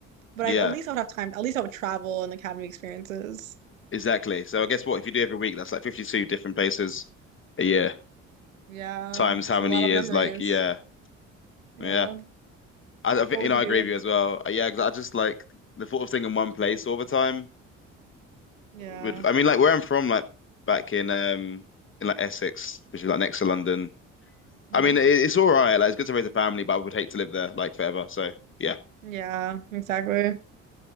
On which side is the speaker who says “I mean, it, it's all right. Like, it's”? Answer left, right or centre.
Left